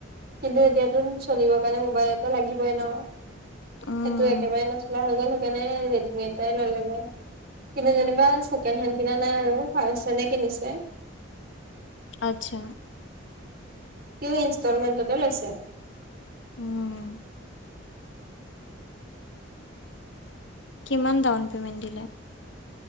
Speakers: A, on the right; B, on the left.
A: কিন্তু এতিয়াতো চলিবৰ কাৰণে মোবাইল এটা লাগিবই ন!
B: উম
A: সেইটো একেবাৰে নচলা হৈ গ'ল, সেইকাৰণে ৰেডমি এটাই ল'লে গৈ। কিন্তু যেনিবা ছেকেণ্ড হেণ্ড কিনা নাই আৰু, ফাৰ্ষ্ট হেণ্ডে কিনিছে।
B: আচ্ছা।
A: সিয়ো ইনষ্টলমেণ্টতে লৈছে।
B: উম। কিমান ডাউন পে'মেণ্ট দিলে?